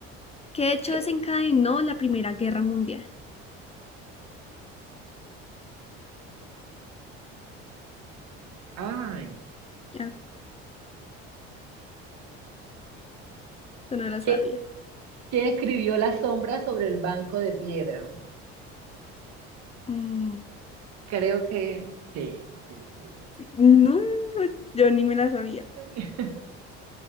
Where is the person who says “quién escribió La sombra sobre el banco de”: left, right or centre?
Right